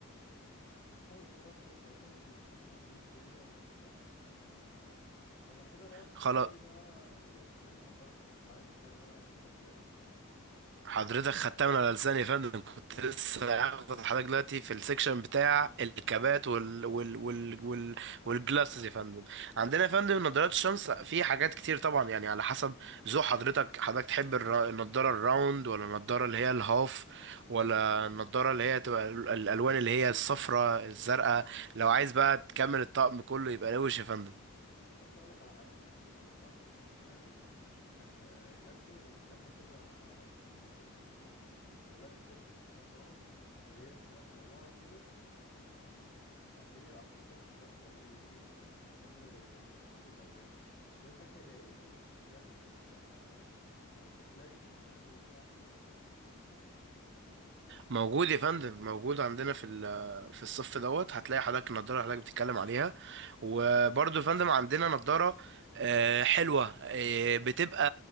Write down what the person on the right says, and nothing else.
خلاص
حضرتك خدتها من على لساني يا فندم كنت لسه هاخد حضرتك دلوقتي في السكشن بتاع الكابات وال وال وال وال والجلاسز يا فندم عندنا يا فندم نظارات الشمس في حاجات كتير طبعا يعني على حسب ذوق حضرتك حضرتك تحب الر- النضاره الراوند ولا النضاره اللي هي الهاف ولا النضاره اللي هي تبقى ال- الالوان اللي هي الصفراء الزرقاء لو عايز بقى تكمل الطقم كله يبقى روش يا فندم
موجود يا فندم موجود عندنا في ال- في الصف دوت هتلاقي حضرتك النضاره اللي حضرتك بتتكلم عليها وبرضه يا فندم عندنا نضاره آه، حلوه آه، بتبقى